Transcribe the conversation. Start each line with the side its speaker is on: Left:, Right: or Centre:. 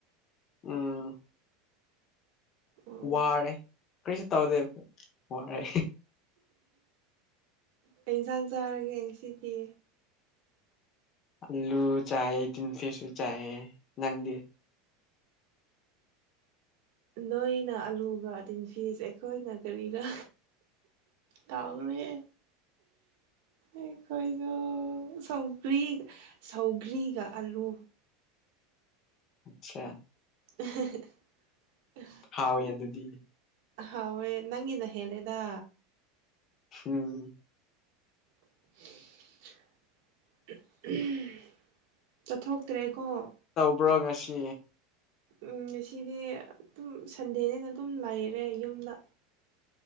Left: ꯎꯝ
Right: ꯑꯣ
Left: ꯋꯥꯔꯦ ꯀꯔꯤꯁꯨ ꯇꯧꯗꯦ ꯋꯥꯔꯦ
Right: ꯀꯩ ꯏꯟꯁꯥꯡ ꯆꯥꯔꯒꯦ ꯉꯁꯤꯗꯤ
Left: ꯑꯂꯨ ꯆꯌꯦ ꯇꯤꯟ ꯐꯤꯁꯁꯨ ꯆꯌꯦ ꯅꯪꯗꯤ
Right: ꯅꯣꯏꯅ ꯑꯂꯨꯒ ꯇꯤꯟꯐꯤꯁ ꯑꯩꯈꯣꯏꯅ ꯀꯔꯤꯔꯥ ꯇꯥꯎꯔꯣꯢꯌꯦ ꯑꯩꯈꯣꯏꯗꯣ ꯁꯧꯒ꯭ꯔꯤ ꯁꯧꯒ꯭ꯔꯤꯒ ꯑꯂꯨ
Left: ꯑꯁꯥ
Right: ꯑꯍ ꯍ
Left: ꯍꯥꯎꯋꯦ ꯑꯗꯨꯗꯤ
Right: ꯍꯥꯎꯋꯦ ꯅꯪꯒꯤꯅ ꯍꯦꯜꯂꯦꯗ
Left: ꯍꯝ
Right: <inaudible> ꯑꯍ ꯎꯝ ꯆꯠꯊꯣꯛꯇ꯭ꯔꯦꯀꯣ
Left: ꯕ꯭ꯔꯣ ꯉꯁꯤ
Right: ꯎꯝ ꯉꯁꯤꯗꯤ ꯗꯨꯝ ꯁꯟꯗꯦꯅꯦꯅ ꯑꯗꯨꯝ ꯂꯩꯔꯦ ꯌꯨꯝꯗ